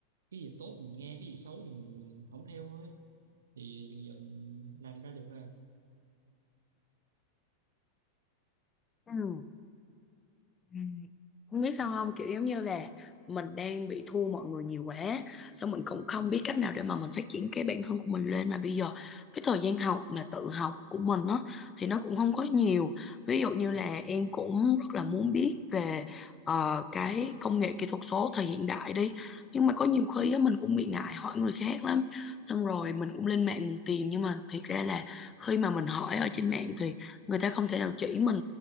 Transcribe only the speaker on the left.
Ừ. Ừ. Không biết sao
không kiểu giống như là mình đang bị thua mọi người nhiều quá xong mình cũng không
biết cách nào để mà mình phát triển cái bản thân của mình lên mà bây giờ cái thời gian học mà tự học của mình á thì nó cũng không có nhiều ví dụ như
là em cũng rất là muốn biết về ờ, cái công nghệ kỹ thuật số thời hiện đại đi nhưng mà có nhiều khi á mình cũng bị ngại hỏi người khác lắm xong rồi mình cũng lên mạng mình tìm nhưng mà thiệt ra là khi mà mình hỏi ở trên mạng thì người ta không thể nào chỉ mình